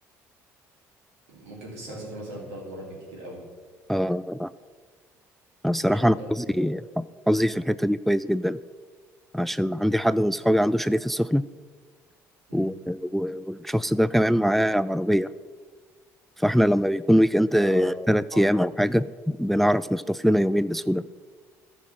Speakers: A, on the right; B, in the centre.
A: ممكن في السنة اسافر مثلا ثلاث مرات بالكتير قوي
B: آه الصراحة
A: مش اكتر
B: أنا
A: من
B: حظي
A: كده
B: حظي في الحتة دي كويس جدا عشان عندي حد من صحابي عنده شاليه في السخنة
A: مم.
B: و... و... والشخص ده كمان معاه عربية فاحنا لما بيكون ويك اند
A: اه
B: تلات
A: آه.
B: أيام أو حاجة بنعرف نخطف لنا يومين بسهولة